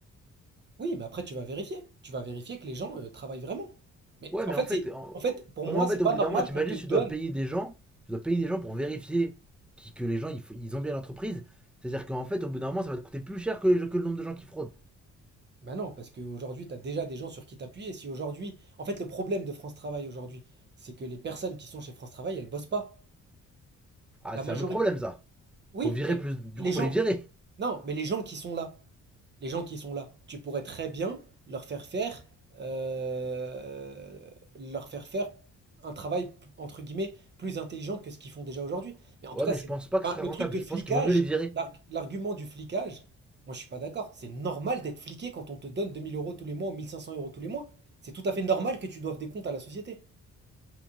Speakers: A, on the right; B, in the centre.
A: Oui, mais après tu vas vérifier. Tu vas vérifier que les gens, heu, travaillent vraiment. Mais
B: Ouais,
A: en
B: mais
A: fait,
B: en fait,
A: c'est
B: en-
A: en fait, pour moi,
B: ouais, mais en
A: c'est
B: fait
A: pas
B: au bout
A: normal
B: d'un moment, t'imagines,
A: qu'on te donne
B: tu dois payer des gens, tu dois payer des gens pour vérifier qui- que les gens ils, ils ont bien l'entreprise. C'est-à-dire qu'en fait, au bout d'un moment, ça va te coûter plus cher que, les- que le nombre de gens qui fraudent.
A: Ben non, parce qu'aujourd'hui, tu as déjà des gens sur qui t'appuyer. Si aujourd'hui en fait, le problème de France Travail aujourd'hui, c'est que les personnes qui sont chez France Travail, elles bossent pas.
B: Ah,
A: La
B: c'est
A: majorité.
B: un autre problème, ça.
A: oui,
B: Faut virer
A: mais
B: plus. Du
A: les
B: coup,
A: gens
B: faut les virer.
A: Non, mais les gens qui sont là, les gens qui sont là, tu pourrais très bien leur faire faire, euh, leur faire faire un travail entre guillemets plus intelligent que ce qu'ils font déjà aujourd'hui. Mais en
B: Ouais,
A: tout cas,
B: mais
A: c'est,
B: je pense
A: bon.
B: pas que
A: enfin,
B: ce serait
A: le
B: rentable.
A: truc de
B: Je
A: flicage,
B: pense qu'il vaut mieux les virer.
A: l'arg- l'argument du flicage, moi je suis pas d'accord. C'est normal d'être fliqué quand on te donne 2000 euros tous les mois ou 1500 euros tous les mois. C'est tout à fait normal que tu doives des comptes à la société.